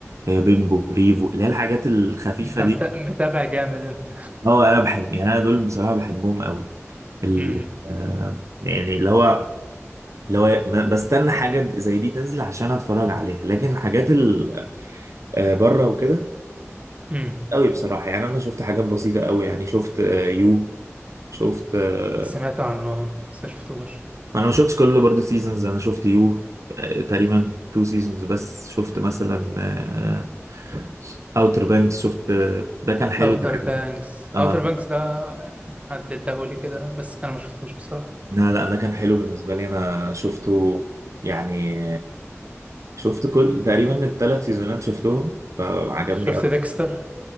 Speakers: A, on the right (about 80°); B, on the right (about 30°).
A: آه، بيمبو ريفو اللي هي الحاجات الخفيفه
B: انت
A: دي
B: مت... متابع جامد انت
A: اه انا بحب يعني انا دول بصراحه بحبهم قوي ال-
B: امم
A: آه، يعني اللي هو لو ما- بستنى حاجة زي دي تنزل عشان اتفرج عليها لكن الحاجات ال آه، بره وكده
B: امم
A: قوي بصراحة يعني انا شفت حاجات بسيطة قوي يعني شفت آه، يو شفت آه،
B: سمعت عنه بس ما شفتوش
A: ما انا ما شفتش كله برضه سيزونز انا شفت يو آه، تقريبا تو سيزونز بس شفت مثلا اوتر بانكس شفت آه، ده كان حلو
B: اوتر بانكس
A: آه
B: اوتر بانكس ده يعني حد اداهولي كده بس انا ما شفتوش بصراحه
A: لا لا ده كان حلو بالنسبة لي أنا شفته يعني شفت كل تقريبا الثلاث سيزونات شفتهم فعجبني
B: شفت ديكستر